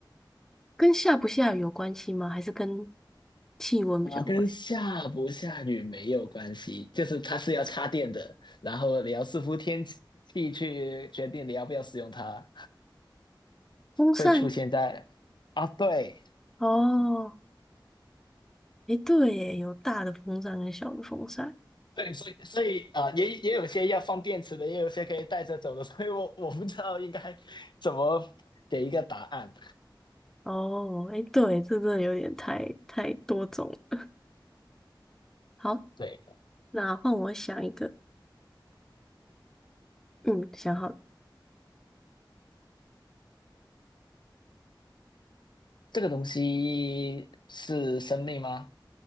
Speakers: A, in the centre; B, on the left.
A: 跟下不下雨有关系吗？还是跟气温比较有关系
B: 啊，呃跟下不下雨没有关系，就是它是要插电的，然后你要视乎天气去决定你要不要使用它，
A: 风扇
B: 会出现在啊，对，
A: 哦，诶，对耶，有大的风扇跟小的风扇。
B: 对，所以所以啊、呃也也有些要放电池的，也有些可以带着走的，<laughs> 所以我我不知道应该怎么给一个答案。
A: 哦，诶，对，这真的有点太太多种了好，
B: 对，
A: 那换我想一个，嗯，想好了
B: 这个东西是生命吗？